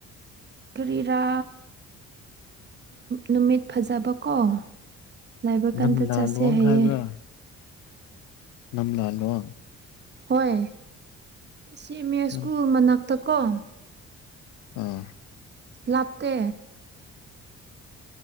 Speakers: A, on the right; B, on the left.
A: ꯀꯔꯤꯔꯥ ꯅꯨꯃꯤꯠ ꯐꯖꯕꯀꯣ ꯂꯩꯕ ꯀꯥꯟꯗ
B: ꯅꯝꯂꯥꯂꯣꯡ
A: ꯆꯠꯁꯦ ꯍꯥꯏꯌꯦ
B: ꯍꯥꯏꯕ꯭ꯔꯥ ꯅꯝꯂꯥꯂꯣꯡ
A: ꯍꯣꯏ ꯁꯤ ꯃ ꯁꯀꯨꯜ
B: ꯅꯝ
A: ꯃꯅꯥꯛꯇꯛ ꯀꯣ
B: ꯑꯥ
A: ꯂꯥꯞꯇꯦ